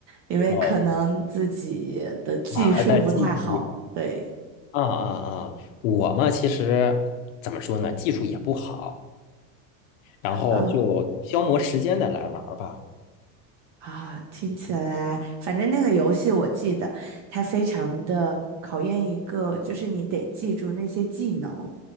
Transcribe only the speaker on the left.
哦，玩儿的技艺
啊啊啊！我嘛，其实怎么说呢，技术也不好，然后就消磨时间的来玩儿吧。